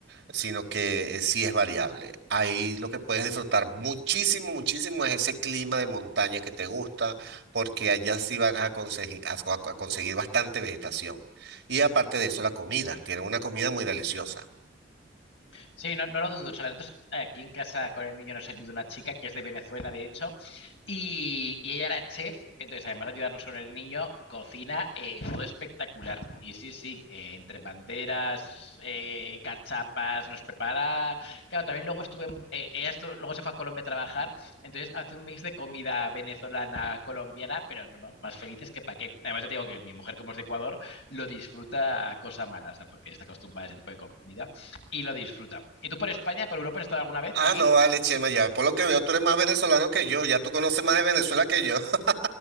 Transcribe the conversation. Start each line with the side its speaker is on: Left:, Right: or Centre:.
Right: sino que eh, sí es variable. Ahí lo que puedes disfrutar muchísimo, muchísimo es ese clima de montaña que te gusta, porque allá sí vas a conseguir, a co- a conseguir bastante vegetación. Y aparte de eso, la comida,
Left: Bueno.
Right: tienen una comida muy deliciosa.
Left: Sí, no, no lo dudo. O sea, nosotros aquí en casa con el niño nos ayuda una chica que es de Venezuela, de hecho, Y, y ella era chef, entonces además de ayudarnos con el niño, cocina eh, todo espectacular. Y sí, sí, eh, entre banderas, eh, cachapas, nos prepara. Claro, también luego estuve, en- eh, ella estu- luego se fue a Colombia a trabajar, entonces hace un mix de comida venezolana, colombiana, pero no, no, más felices que pa' qué. Además, ya te digo que mi mujer, como es de Ecuador, lo disfruta a cosa mala, o sea, porque está acostumbrada a ese tipo de comida y lo disfruta. ¿Y tú por España, por Europa, has estado alguna vez
Right: Ah,
Left: por aquí?
Right: no, vale, Chema, ya. Por lo que veo, tú eres más venezolano que yo. Ya tú conoces más de Venezuela que yo. <laughs>